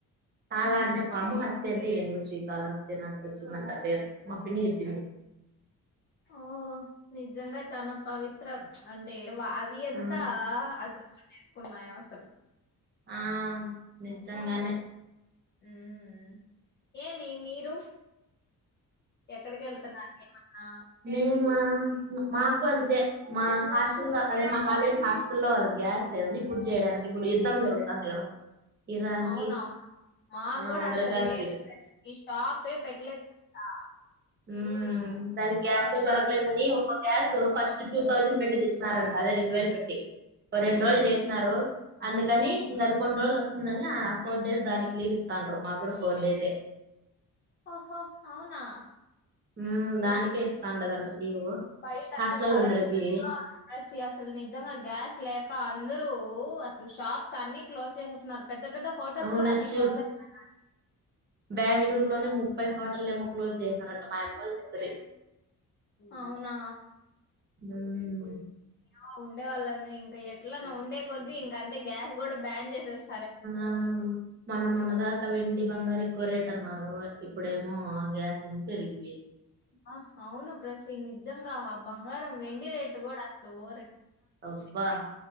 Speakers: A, on the right; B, on the left.
A: కాలా
B: ఉమ్
A: అంటే పాము హస్త అంటే ఏనుగు శ్రీకాళస్తి అట్ విందంట పేరు మా పిన్ని జెప్పింది
B: ఓ నిజంగా చనా పవిత్ర అంటే అవి అంతా
A: ఆ
B: అదృష్టం చేసు కున్నాయ అసలు
A: ఆ నిజంగానే
B: హ్మ్మ్ ఏమి మీరు ఎక్కడికి వెళ్తున్నారు ఏమన్నా
A: నేమా మాకు అంతే మా హాస్టల్లో లో అదే మా కాలేజ్ హాస్టల్లో వాళ్ళకి గ్యాస్ లేదని ఫుడ్ చేయడానికి ఇప్పుడు యుద్ధం జరుగుతుంది కదా ఇరాన్
B: అవును
A: కి
B: అవును మాకు
A: ఆ
B: కూడా
A: అమెరికాకి
B: అసలు లేదు ఈ షాప్ ఏ పెట్టలేదు తెలుసా
A: హ్మ్మ్ దానికి గ్యాస్ దొరకలేదని ఒక గ్యాస్ ఫస్ట్ టూ థౌజండ్ పెట్టి తెచ్చినారంట అదే రెండు వేలు పెట్టి రెండు
B: ఉమ్,
A: రోజులు చేసినారు అందుకని ఇంకా అది కొండ్రోజులు వస్తుందని ఫోర్ డేస్ దానికి లీవ్ ఇస్తాండ్రు మాకు కూడా ఫోర్ డేసే
B: ఓహో అవునా
A: ఉమ్ దానికే ఇస్తాండదంట లీవ్
B: బయట అంతా
A: హాస్టలోళ్ళందరికి
B: చాలా ఇబ్బందిగా ఉంది పరిస్థి, అసలు నిజంగా గ్యాస్ లేక అందరూ రూ అసలు షాప్స్ అన్ని క్లోజ్ చేసేస్తున్నారు. పెద్ద పెద్ద హోటల్స్
A: అవునషూ,
B: కూడా అన్ని క్లోజ్ అయిపోయినాయి
A: బెంగళూరు
B: ఉమ్,
A: లోనే ముప్పై హోట్ టల్ ఏమో క్లోజ్ చేసారంట మాయమ్మోలు చెప్పారయ్
B: అవునా
A: ఉమ్.
B: ఓ ఉండేవాళ్ళన్నీ ఇంకా ఎట్లనో ఉండే కొద్దీ ఇంక అంతే, గ్యాస్ కూడా బ్యాన్ చేసెస్
A: ఆ మొన్న మొన్నద ఇంక వెండి బంగారు ఎక్కువ రేట్ అన్నారు, ఇప్పుడేమో గ్యాస్ ఏమో పెరిగిపోయింది.
B: ఆ అవును బ్రసి నిజ్జంగా బంగారం వెండి రేటు కూడా అసలు ఓ
A: అవ్ బా